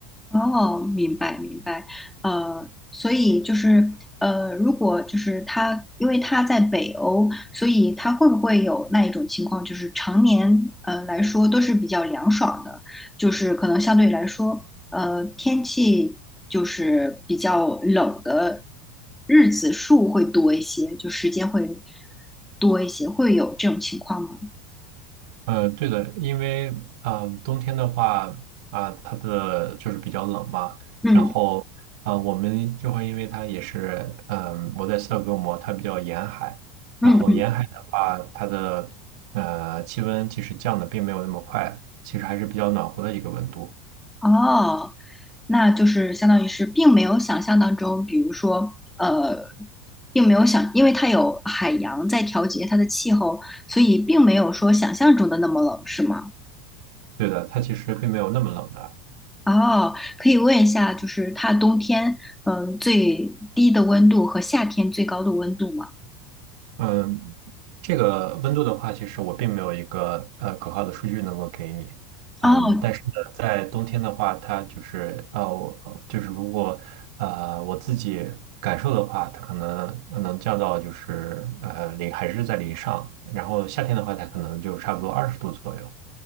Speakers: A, in the centre; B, on the right.
A: 哦，明白明白，呃，所以就是呃，如果就是他，因为他在北欧，所以他会不会有那一种情况，就是常年呃来说都是比较凉爽的，就是可能相对来说，呃，天气就是比较冷的日子数会多一些，就时间会多一些，会有这种情况吗？
B: 呃，对的，因为嗯、呃冬天的话啊、它的就是比较冷嘛，
A: 嗯
B: 然后啊，我们就会因为它也是嗯、我在斯德哥尔摩，它比较沿海，
A: 嗯。
B: 然后沿海的话，它的呃气温其实降的并没有那么快，其实还是比较暖和的一个温度。
A: 哦，那就是相当于是并没有想象当中，比如说，呃，并没有想，因为它有海洋在调节它的气候，所以并没有说想象中的那么冷，是吗？
B: 对的，它其实并没有那么冷的。
A: 哦，可以问一下，就是它冬天，嗯、最低的温度和夏天最高的温度吗？
B: 嗯，这个温度的话，其实我并没有一个呃可靠的数据能够给你。嗯，
A: 哦，
B: 但是呢，在冬天的话，它就是呃，我就是如果呃我自己感受的话，它可能呃能降到就是呃零还是在零上，然后夏天的话，它可能就差不多二十度左右。